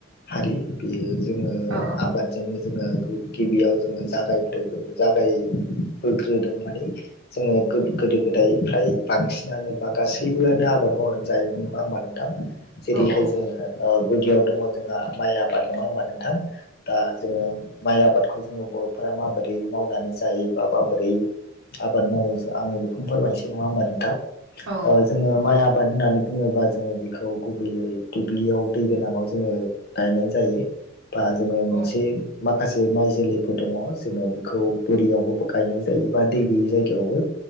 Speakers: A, on the left; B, on the right.
A: हारि। बियो जोङो
B: औ
A: आबादजोंनो जोङो गिबियाव जोङो जागाय ब्रोगो जागाय बोग्रोदों मानि जोङो गोद गोदो गोदाय फ्राय बांसिनानो बा गासैबोआनो आबाद मावनानै जायोमोन नङा होमबा नों थां जेरैहाय
B: औ औ
A: जोङो ओ गुदियाव दङ जोंहा माइ आबाद नङा होमबा नोंथां? दा जोङो माइ आबादखौ जोङो बर'फोरा माबोरै मावनानै जायो बा माबोरै आबाद मावो जो आङो बेखौनो फोरमायनोसै नङा होमबा नोंथां?
B: औ
A: ओ जोङो माइ आब बाद होननानै बुङोबा जोङो बिखौ गुबैयै दुब्लियाव दै गोनाङाव जोङो गायनाय जायो बा जोङो
B: औ
A: मोनसे माखासे माइ जोलैफोर दङ जोङो बिखौ बोरियावबो गायनाय जायो बा दै गैयै जायगायावबो